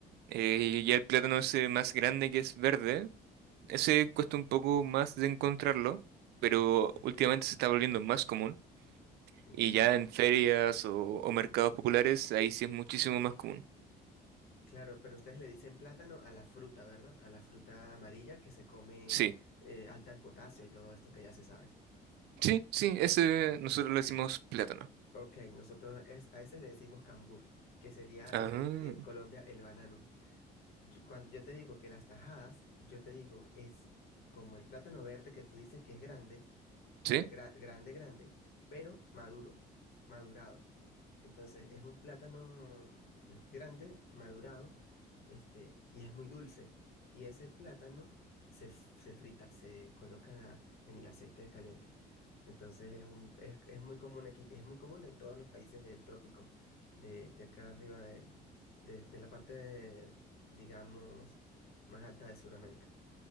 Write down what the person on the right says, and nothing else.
eh,
y ya el plátano ese más grande que es verde, ese cuesta un poco más de encontrarlo, pero
últimamente se está volviendo más común.
Y
ya en ferias o, o mercados populares, ahí sí es muchísimo más común.
Sí,
sí, sí, ese nosotros le decimos plátano.
Ah,
sí,